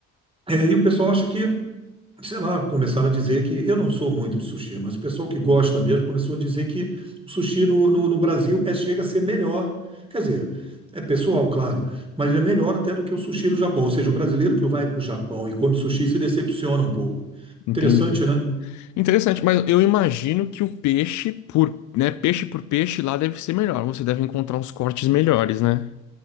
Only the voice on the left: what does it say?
Entendi.
Interessante, mas eu imagino que o peixe por, né, peixe por peixe lá deve ser melhor. Você deve encontrar uns cortes melhores, né?